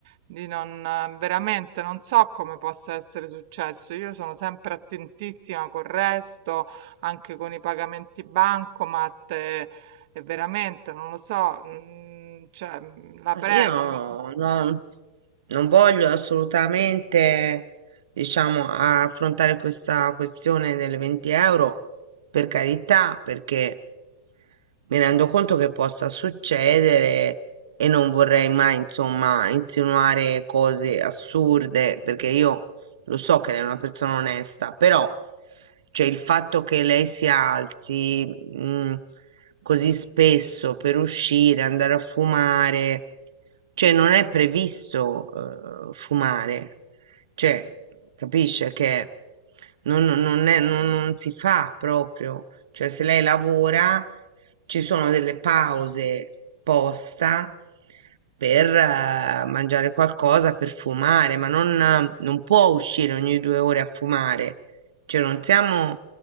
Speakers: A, on the right; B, on the right.
A: di non ehm, veramente non so come possa essere successo. Io sono sempre attentissima col resto, anche con i pagamenti bancomat e, e veramente non lo so, mm, cioè, mm, la prego,
B: Io
A: mi-
B: non, non voglio assolutamente, diciamo, affrontare questa questione delle 20 euro, per carità, perché mi rendo conto che possa succedere e non vorrei mai, insomma, insinuare cose assurde, perché io Lo so che lei è una persona onesta, però cioè, il fatto che lei si alzi mm, così spesso per uscire, andare a fumare, cioè non è previsto eh, fumare, cioè capisce che non, non è, non, non si fa proprio. Cioè, se lei lavora, ci sono delle pause posta per eh, mangiare qualcosa, per fumare, ma non, eh, non può uscire ogni due ore a fumare. Cioè, non siamo